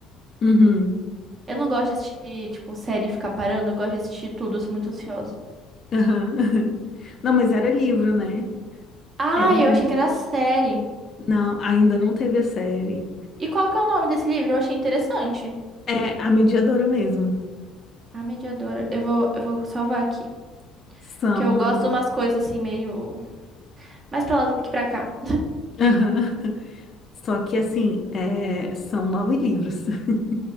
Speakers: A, on the left (about 35°); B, on the right (about 35°).
A: Uhum,
B: Eu não gosto de assistir, tipo, série e ficar parando, eu gosto de assistir tudo, eu sou muito ansiosa.
A: aham. <laughs> Não, mas era livro, né?
B: Ah,
A: É livro.
B: eu achei que era série.
A: Não, ainda não teve a série.
B: E qual que é o nome desse livro? Eu achei interessante.
A: É a mediadora mesmo.
B: A Mediadora. Eu vou, eu vou salvar aqui.
A: São.
B: Porque eu gosto de umas coisas assim, meio. Mais pra lá do que pra cá.
A: Aham. Só que assim, é, são nove livros. <laughs>